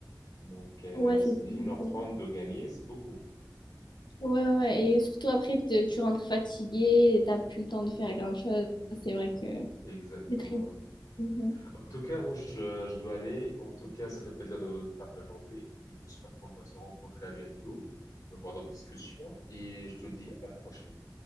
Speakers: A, on the left; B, on the left.
A: Donc, euh,
B: ouais, c'est
A: c'est une
B: bon.
A: heure trente de gagner, c'est beaucoup.
B: Ouais, ouais, et surtout après, te- tu rentres fatigué, t'as plus le temps de faire grand-chose.
A: Mm.
B: C'est vrai
A: <laughs>
B: que
A: Exactement,
B: c'est très...
A: oui.
B: Mhm.
A: En tout cas, moi, je, je dois aller. En tout cas, ça fait plaisir de te parler aujourd'hui et j'espère qu'on va se rencontrer à bientôt, on va avoir d'autres discussions et je te dis à la prochaine.